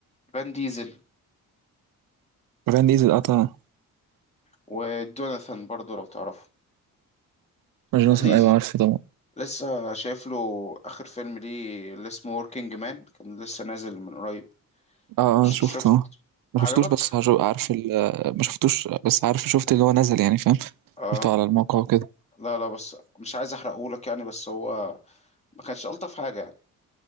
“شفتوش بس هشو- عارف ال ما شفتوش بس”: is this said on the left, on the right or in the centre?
Right